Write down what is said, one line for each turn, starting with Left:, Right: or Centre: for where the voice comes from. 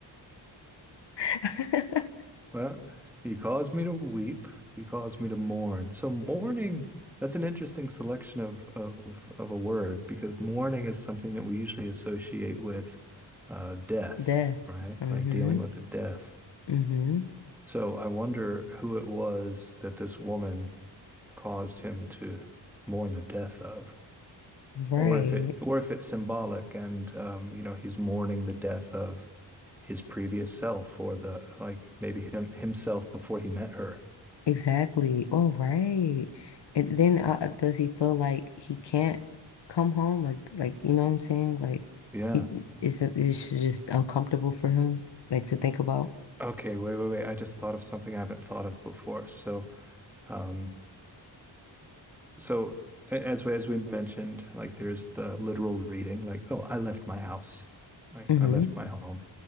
Left: <laughs>
Centre: Well, you caused me to weep. You caused me to mourn. So mourning, that's an interesting selection of of of a word because mourning is something that we usually associate with uh, death,
Left: Death.
Centre: right?
Left: Mm-hmm.
Centre: Like dealing with the death.
Left: Mm-hmm.
Centre: So I wonder who it was that this woman caused him to mourn the death of.
Left: Right.
Centre: or if it or if it's symbolic and um, you know he's mourning the death of his previous self or the like maybe him himself before he met her.
Left: Exactly. All right. And then uh, uh, does he feel like he can't come home? Like, like you know what I'm saying? Like,
Centre: Yeah.
Left: he is it is it just uncomfortable for him, like to think about.
Centre: Okay, wait, wait, wait. I just thought of something I haven't thought of before. So, um, So a- as we, as we mentioned, like there is the literal reading, like, oh, I left my house, like
Left: Mm-hmm.
Centre: I left my home.